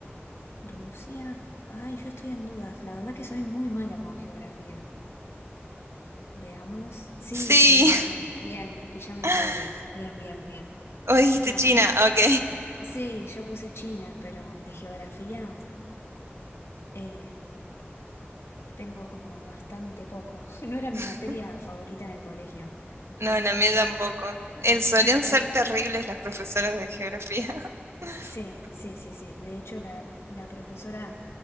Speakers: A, on the left; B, on the right.
A: Rusia, ay, yo estoy en dudas. La verdad que soy muy mala con geografía. Veamos. Sí,
B: Sí.
A: tenías razón. Bien, y yo me
B: <laughs>
A: equivoqué. Bien, bien, bien.
B: O dijiste
A: No,
B: China, ok.
A: sí, yo puse China, pero de geografía. eh, Tengo como bastante poco. <laughs> No era mi
B: <laughs>
A: materia favorita en el colegio.
B: No, la mía tampoco. Eh, solían
A: <laughs>
B: ser terribles las profesoras de geografía. <laughs>
A: Sí, sí, sí, sí. De hecho, la, la profesora